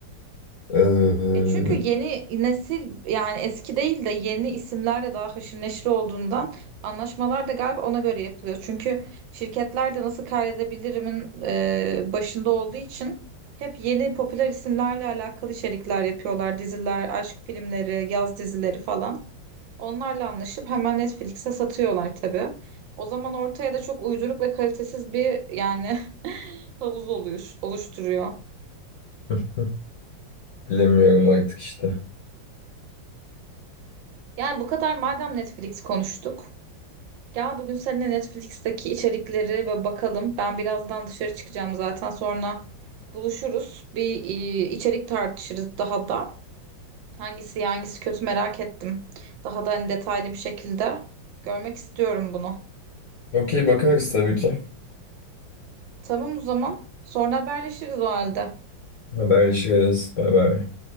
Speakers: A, on the left; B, on the right.
A: Ee,
B: Ya çünkü yeni nesil yani eski değil de yeni isimlerle daha haşır neşir olduğundan anlaşmalar da galiba ona göre yapılıyor. Çünkü şirketler de nasıl kaydedebilirimin e, başında olduğu için hep yeni popüler isimlerle alakalı içerikler yapıyorlar. Diziler, aşk filmleri, yaz dizileri falan. Onlarla anlaşıp hemen Netflix'e satıyorlar tabii. O zaman ortaya da çok uyduruk ve kalitesiz bir yani <laughs> havuz oluyor, oluşturuyor.
A: <laughs> bilemiyorum artık işte.
B: Yani bu kadar madem Netflix konuştuk. Gel bugün seninle Netflix'teki içerikleri böyle bakalım. Ben birazdan dışarı çıkacağım zaten sonra buluşuruz. Bir e, içerik tartışırız daha da. Hangisi iyi, hangisi kötü merak ettim. Daha da hani detaylı bir şekilde görmek istiyorum bunu.
A: Okey bakarız tabii ki.
B: Tamam o zaman. Sonra haberleşiriz o halde.
A: Haberleşiriz. Bay bay.